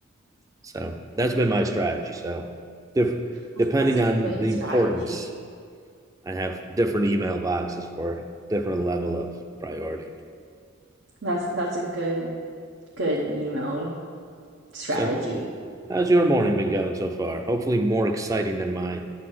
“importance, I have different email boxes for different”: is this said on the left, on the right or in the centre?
Right